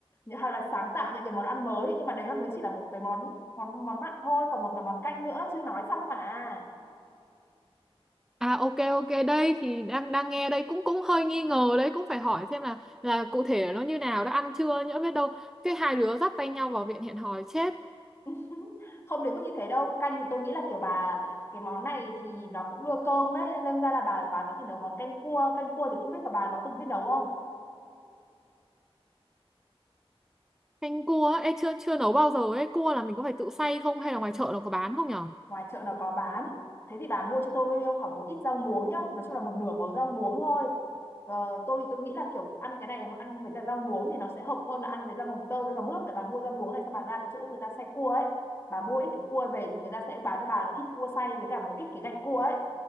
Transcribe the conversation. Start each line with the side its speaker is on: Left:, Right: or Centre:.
Left: uh, hay là sáng tạo những cái món ăn mới nhưng mà đấy nó mới chỉ là một cái món món món mặn thôi còn một cái món canh nữa chưa nói xong mà
Centre: À ok ok đây thì đang đang nghe đây cũng cũng hơi nghi ngờ đấy cũng phải hỏi xem là là cụ thể nó như nào đã ăn chưa nhỡ biết đâu cái hai đứa dắt tay nhau vào viện hẹn hò chết
Left: <laughs> không đến mức như thế đâu canh thì tôi nghĩ là kiểu bà cái món này thì nó cũng đưa cơm đấy nên ra là bà bà có thể nấu món canh cua canh cua thì không biết là bà có từng biết nấu không
Centre: canh cua ấy ê, chưa chưa nấu bao giờ ấy cua là mình có phải tự xay không hay là ngoài chợ nó có bán không nhở
Left: ngoài chợ nó có bán thế thì bà mua cho tôi khoảng một ít rau muống nhá nói chung là một nửa bầu rau muống thôi ờ, tôi thì tôi nghĩ là kiểu ăn cái này ăn với cả rau muống thì nó sẽ hợp hơn là ăn với rau mồng tơi với cả mướp để bà mua rau muống này xong bà ra cái chỗ người ta xay cua ấy bà mua ít cái cua về thì người ta sẽ bán cho bà một ít cua xay với cả một ít cái gạch cua ấy